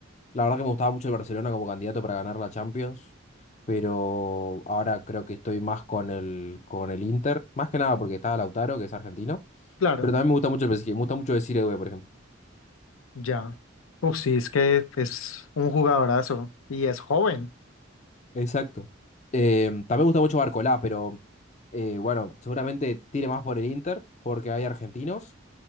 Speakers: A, on the left (about 35°); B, on the left (about 85°).
A: la verdad que me gustaba mucho el Barcelona como candidato para ganar la Champions, pero ahora creo que estoy más con el, con el Inter, más que nada porque estaba Lautaro, que es argentino,
B: Claro.
A: pero también me gusta mucho el PSG, me gusta mucho decir Edu, por ejemplo.
B: Ya. Uf, sí, es que es un jugadorazo y es joven.
A: Exacto. Eh, también me gusta mucho Barcolá, pero eh, bueno, seguramente tire más por el Inter porque hay argentinos